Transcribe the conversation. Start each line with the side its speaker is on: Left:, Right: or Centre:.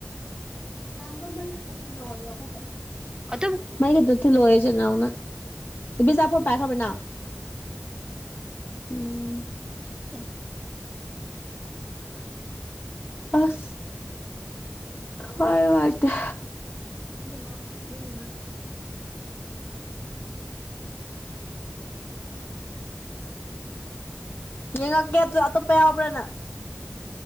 Left: ꯆꯥꯅ ꯃ ꯀ ꯑꯣꯏꯣ ꯍꯖꯥꯏ
Right: ꯑꯇꯣꯞꯄ
Left: ꯃꯩꯒꯤꯗ ꯊꯤ ꯂꯣꯏꯔꯁꯦ ꯅꯅꯥꯎꯅ ꯏꯕꯤꯆꯥꯄꯣꯠ ꯄꯥꯏꯈ꯭ꯔꯕꯅ ꯎꯝ
Right: ꯑ
Left: ꯑꯁ ꯊ ꯋꯥꯇꯌꯥ
Right: ꯎꯝ
Left: ꯌꯦꯡꯉꯛꯀꯦ ꯑꯗꯨ ꯑꯇꯣꯞꯄ ꯌꯥꯎꯕ꯭ꯔꯥꯅ